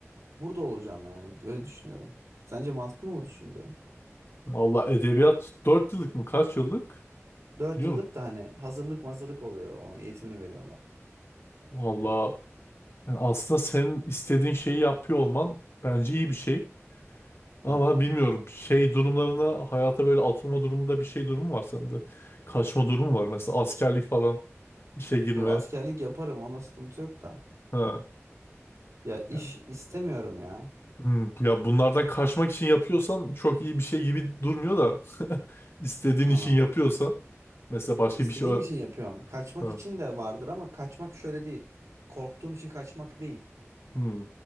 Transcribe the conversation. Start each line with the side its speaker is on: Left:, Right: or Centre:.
Right: burada olacağım yani öyle düşünüyorum. Sence mantıklı mı bu düşündüğüm?
Left: Allah edebiyat 4 yıllık mı kaç yıllık?
Right: 4
Left: Biliyor
Right: yıllık
Left: musun?
Right: da hani hazırlık mazırlık oluyor. Onun eğitimini veriyorlar.
Left: Valla yani aslında senin istediğin şeyi yapıyor olman bence iyi bir şey. Ama
Right: Evet.
Left: bilmiyorum şey durumlarına hayata böyle atılma durumunda bir şey durumu var sende. Kaçma durumu var mesela askerlik falan işe girme.
Right: Yo, askerlik yaparım. Onda sıkıntı yok da.
Left: Ha.
Right: Ya iş
Left: Ya,
Right: istemiyorum ya.
Left: hmm, ya bunlardan kaçmak için yapıyorsan çok iyi bir şey gibi durmuyor da <laughs> istediğin
Right: Aa,
Left: için yapıyorsan mesela başka
Right: istediğim
Left: bir şey ö-
Right: için yapıyorum. Kaçmak
Left: ha.
Right: için de vardır ama kaçmak şöyle değil. Korktuğum için kaçmak değil.
Left: Hmm,